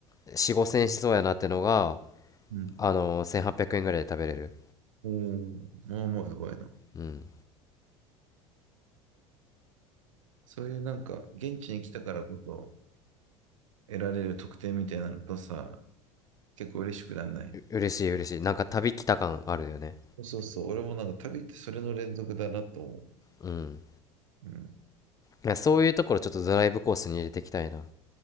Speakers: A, on the left; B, on the right.
A: ー、4、5千円しそうやなってのが、
B: うん。
A: あのー、1800円ぐらいで食べれる。
B: おー、まあまあやばいな。
A: うん。
B: そういうなんか、現地に来たからこそ得られる特典みたいなのとさ、結構嬉しくなんない
A: う嬉しい、嬉しい。なんか旅来た感あるよね。
B: そうそうそう。俺もなんか旅ってそれの連続だなと思う。
A: うん。
B: うん。
A: いや、そういうところちょっとドライブコースに入れていきたいな。